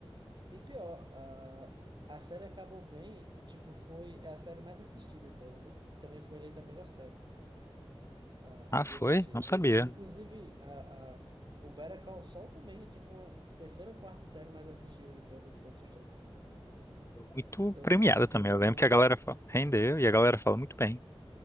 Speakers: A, on the right; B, on the left.
A: E pior, a a série acabou bem e, tipo, foi é a série mais assistida de todas, né? E também foi eleita a melhor série. Ah,
B: Ah,
A: eu vi
B: foi?
A: esses dias.
B: Não sabia.
A: Inclusive, a, a, o Better Call Saul também é tipo uma terceira ou quarta série mais assistida de todas, todos os tempos.
B: Muito
A: Então,
B: premiada
A: tipo, rendeu
B: também. Eu
A: muito.
B: lembro que a galera fala, rendeu e a galera fala muito bem.